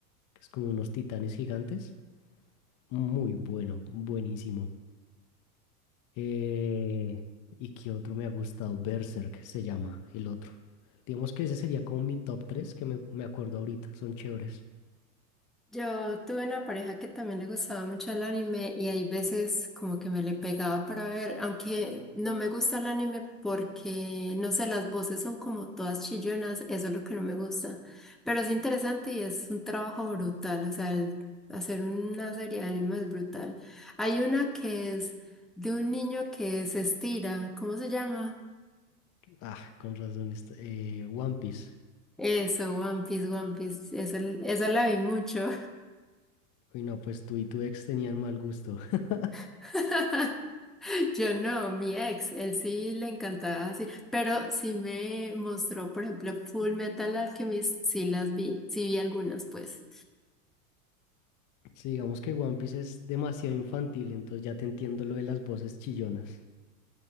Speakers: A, on the left; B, in the centre.
A: que es como unos titanes gigantes. Muy bueno, buenísimo. Eh, ¿y qué otro me ha gustado? Berserk se llama, el otro. Digamos que ese sería como mi top 3 que me, me acuerdo ahorita, son chéveres.
B: Yo tuve una pareja que también le gustaba mucho el anime y hay veces como que me le pegaba para ver, aunque no me gusta el anime porque, no sé, las voces son como todas chillonas, eso es lo que no me gusta. Pero es interesante y es un trabajo brutal, o sea, el- hacer una serie de anime es brutal. Hay una que es de un niño que se estira, ¿cómo se llama?
A: Ah, con razón, est- eh, One Piece.
B: Eso, One Piece, One Piece, esa, esa la vi mucho.
A: Uy, no, pues tú y tu ex tenían mal gusto. <laughs>
B: <laughs> Yo no, mi ex, él sí le encantaba así, pero sí me mostró, por ejemplo, Full Metal Alchemist, sí las vi, sí vi algunas, pues.
A: Sí, digamos que One Piece es demasiado infantil, entonces ya te entiendo lo de las voces chillonas.